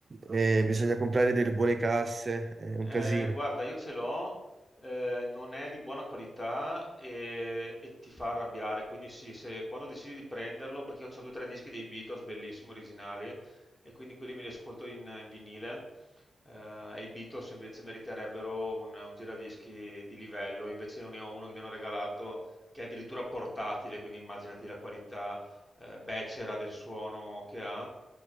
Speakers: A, on the right; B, on the left.
A: eh, bisogna comprare delle buone casse, è un
B: Eh,
A: casino.
B: guarda, io ce l'ho, eh, non è di buona qualità e, e ti fa arrabbiare, quindi sì, se, quando decidi di prenderlo, perché io ho due o tre dischi dei Beatles, bellissimi, originali, e quindi quelli me li ascolto in, in vinile, eh, e i Beatles invece meriterebbero un, un giradischi di livello, invece io ne ho uno che mi hanno regalato che è addirittura portatile, quindi immaginati la qualità eh, becera del suono che ha,